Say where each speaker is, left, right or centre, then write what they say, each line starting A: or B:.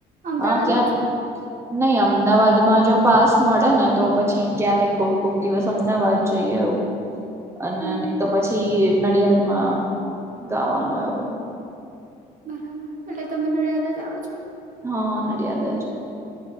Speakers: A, on the right (about 50°); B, on the right (about 15°).
A: અમદાવાદમાં
B: હા ત્યાં
A: જ
B: નહી અમદાવાદમાં જો પાસ મળે ને તો પછી ક્યારેક કોક કોક દિવસ અમદાવાદ જઈ આવું. અને
A: હમ
B: નહીં તો પછી નડિયાદમાં ગાવાનું એવું.
A: બરાબર એટલે તમે નડિયાદ જ આવો છો?
B: હહ નડિયાદ જ.